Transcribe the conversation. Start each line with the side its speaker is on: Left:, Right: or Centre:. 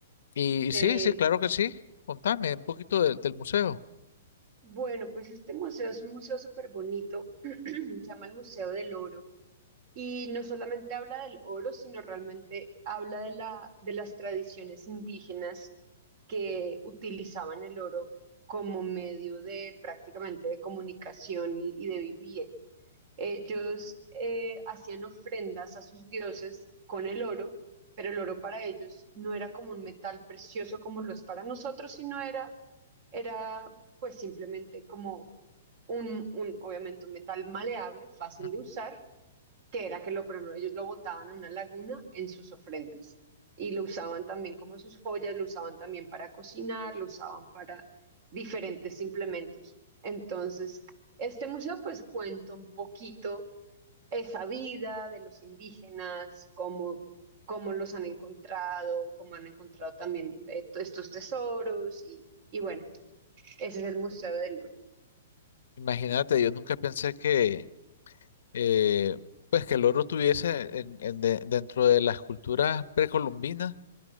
Left: Y, y
Right: Eh,
Left: sí, sí, claro que sí. Contame un poquito del, del museo.
Right: Bueno, pues este museo es un museo súper bonito, <clears throat> se llama el Museo del Oro y no solamente habla del oro, sino realmente habla de la, de las tradiciones indígenas que utilizaban el oro como medio de prácticamente de comunicación y, y de vivir. Ellos eh, hacían ofrendas a sus dioses con el oro, pero el oro para ellos no era como un metal precioso como lo es para nosotros, sino era, era pues simplemente como un, un, obviamente un metal maleable, fácil
Left: Ujú.
Right: de usar, que era que lo, por ejemplo, ellos lo botaban a una laguna en sus ofrendas y lo usaban también como sus joyas, lo usaban también para cocinar, lo usaban para diferentes implementos. Entonces, este museo pues cuenta un poquito esa vida de los indígenas, cómo, cómo los han encontrado, cómo han encontrado también eh, to- estos tesoros y, y bueno, ese es el Museo del Oro.
Left: Imagínate, yo nunca pensé que, eh, pues que el oro tuviese en- en de- dentro de las culturas precolombinas